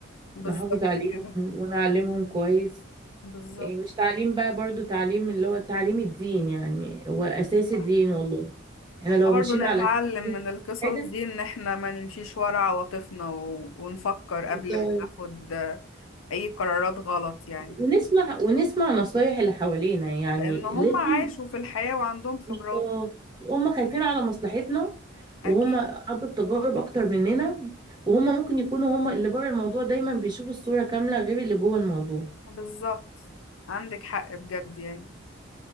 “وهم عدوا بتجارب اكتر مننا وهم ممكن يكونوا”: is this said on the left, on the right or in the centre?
Right